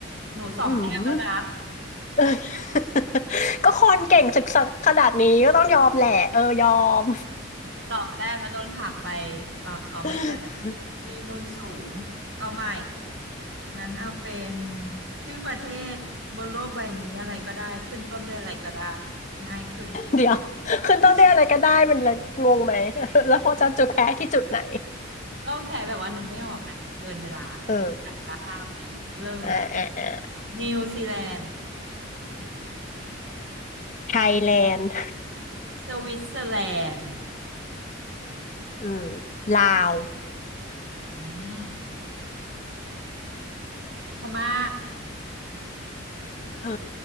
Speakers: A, on the right; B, on the left.
A: หนูสองแต้มแล้วนะ
B: อืม <laughs> ก็คนเก่งศึกษาขนาดนี้ก็ต้องยอมแหละเออยอม
A: สองแต้มแล้วโดนหักไป เออเอาไม่ได้แล้ว
B: <laughs>
A: ที่นุ่นศูนย์ เอาใหม่ งั้นเอาเป็นชื่อประเทศบนโลกใบนี้อะไรก็ได้ ขึ้นต้นด้วยอะไรก็ได้ ง่ายขึ้นไหม
B: เดี๋ยวขึ้นต้นด้วยอะไรก็ได้มันเลยงงไหม <laughs> แล้วเขาจะจุดแพ้ที่จุดไหน
A: ก็แพ้แบบว่านึกไม่ออกนะเกินเวลาเดี๋ยวจับเวลาห้าวิเริ่ม
B: เอออ่าอ่าอ่า
A: นิวซีแลนด์
B: ไทยแลนด์
A: สวิตเซอร์แลนด์
B: อืมลาว
A: อืมพม่า
B: เออ